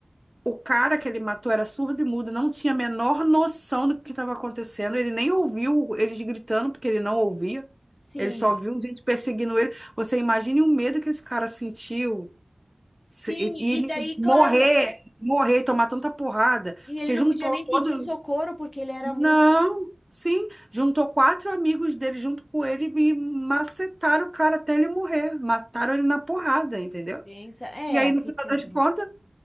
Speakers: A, on the right (about 15°); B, on the left (about 45°).
A: O cara que ele matou era surdo e mudo, não tinha a menor noção do que estava acontecendo. Ele nem ouviu eles gritando, porque ele não ouvia.
B: sim,
A: Ele só viu gente perseguindo ele. Você imagine o medo que esse cara sentiu.
B: sim.
A: Se- E e
B: E
A: ele
B: daí,
A: morrer,
B: claro,
A: morrer, e tomar tanta porrada.
B: e
A: Porque
B: ele não
A: juntou
B: podia nem
A: todo.
B: pedir socorro porque ele era
A: Não,
B: muito
A: sim. Juntou quatro amigos dele junto com ele e macetaram o cara até ele morrer. Mataram ele na porrada, entendeu?
B: densa. É,
A: E aí,
B: o
A: no
B: que
A: final
B: que
A: das
B: é droga?
A: contas.